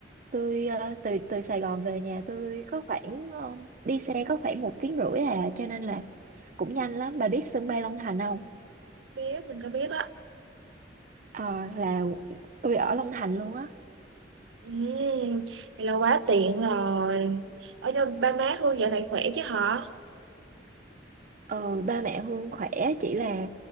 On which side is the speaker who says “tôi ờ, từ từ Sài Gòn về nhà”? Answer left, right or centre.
Right